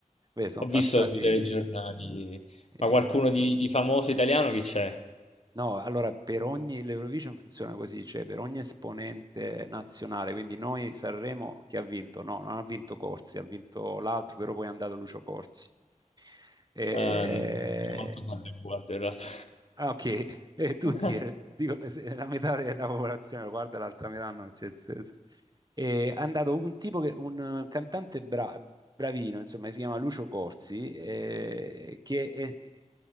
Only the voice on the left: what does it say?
Ho
visto sui telegiornali.
Ma qualcuno di, di famoso italiano chi c'è?
Eh, non ho manco tanto guardo in realtà.
<laughs>